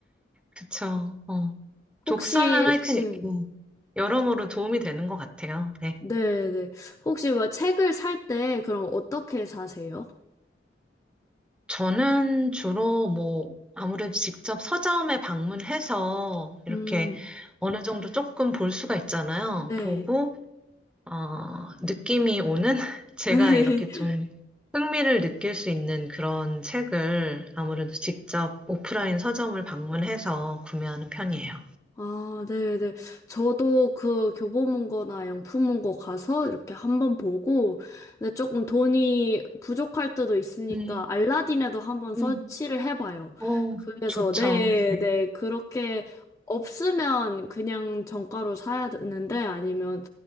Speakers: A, in the centre; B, on the left.
A: 그쵸. 어. 독서는
B: 혹시,
A: 하여튼
B: 네.
A: 여러모로 도움이 되는 것 같아요. 네.
B: 네, 네. 혹시 뭐 책을 살 때 그럼 어떻게 사세요?
A: 저는 주로 뭐, 아무래도 직접 서점에 방문해서 이렇게
B: 음,
A: 어느 정도 조금 볼 수가 있잖아요.
B: 네.
A: 보고, 어, 느낌이 오는 <laughs> 제가
B: <laughs>
A: 이렇게 좀 네. 흥미를 느낄 수 있는 그런 책을 아무래도 직접 오프라인 서점을 방문해서 구매하는 편이에요.
B: 아, 네, 네. 저도 그 교보문고나 양품문고 가서 이렇게 한번 보고, 근데 조금 돈이 부족할 때도 있으니까
A: 음,
B: 알라딘에도 한번 서치를
A: 음,
B: 해봐요.
A: 어,
B: 그래서,
A: 좋죠.
B: 네,
A: 네.
B: 네. 그렇게 없으면 그냥 정가로 사야 되는데 아니면